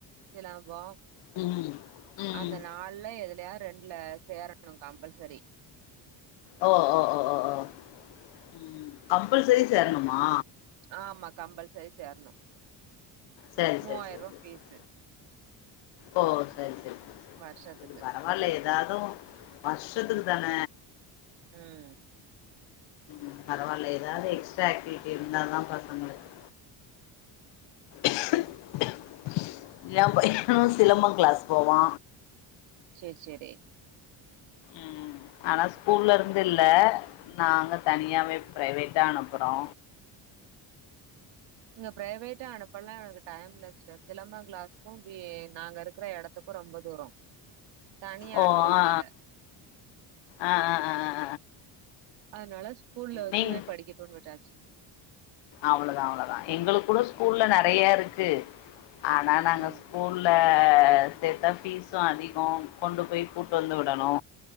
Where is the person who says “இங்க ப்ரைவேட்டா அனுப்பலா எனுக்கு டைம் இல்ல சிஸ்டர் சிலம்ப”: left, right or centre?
Right